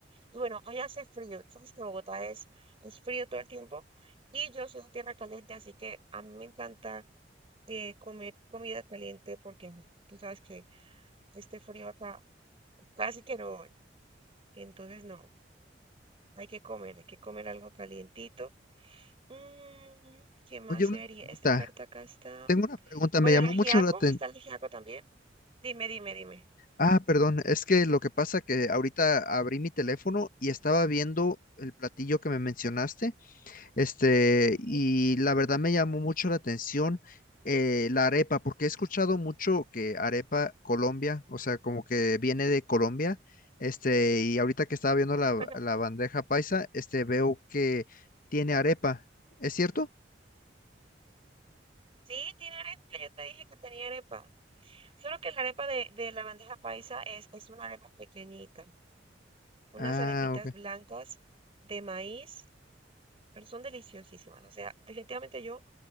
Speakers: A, on the right; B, on the left.
A: Y bueno, hoy hace frío, sabes que Bogotá es, es frío todo el tiempo y yo soy de tierra caliente, así que a mí me encanta eh, comer comida caliente porque ajá, tú sabes que este frío acá casi que no voy. Entonces no, hay que comer, hay que comer algo calientito. Mm, ¿qué más
B: Oye,
A: sería?
B: una pregunta,
A: Esta carta acá está.
B: tengo una pregunta,
A: Bueno,
B: me llamó
A: el ajiaco,
B: mucho la atención.
A: está el ajiaco también. Dime, dime, dime.
B: Ah, perdón, es que lo que pasa que ahorita abrí mi teléfono y estaba viendo el platillo que me mencionaste. Este, y
A: ¿Sí?
B: la verdad me llamó mucho la atención eh, la arepa, porque he escuchado mucho que arepa Colombia, o sea, como que viene de Colombia, este, y ahorita que estaba viendo la,
A: Ajá.
B: la bandeja paisa, este, veo que tiene arepa, ¿es cierto?
A: Sí, tiene arepa, yo te dije que tenía arepa. Solo que la arepa de, de la bandeja paisa es, es una arepa pequeñita, unas
B: Ah,
A: arepitas
B: ok.
A: blancas de maíz, pero son deliciosísimas. O sea, definitivamente yo